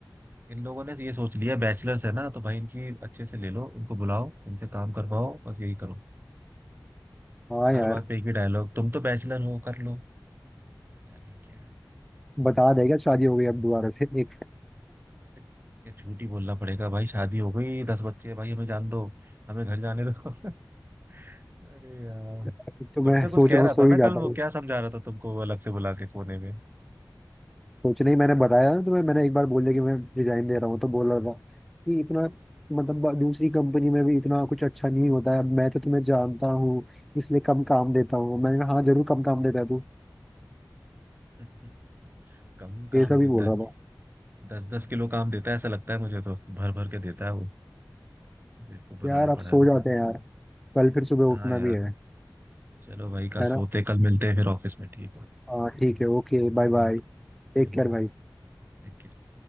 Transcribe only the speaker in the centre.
हाँ
यार
बता देगा शादी हो गई अब दोबारा से एक
<laughs> तो
मैं सोच
रहा
हूँ सो
ही जाता
हूँ
सोचने ही मैंने बताया ना तुम्हें मैंने एक बार बोल दिया कि मैं रिजाइन दे रहा हूँ तो बोल रहा था कि इतना मतलब दूसरी कंपनी में भी इतना कुछ अच्छा नहीं होता है अब मैं तो तुम्हें जानता हूँ इसलिए कम काम देता हूँ मैंने कहा हाँ जरूर कम काम देता है तू
ये सब
ही बोल रहा
था
यार अब
सो
जाते
हैं
यार कल फिर सुबह
उठना
भी है
है
ना
हाँ ठीक है Okay bye bye
Take
care भाई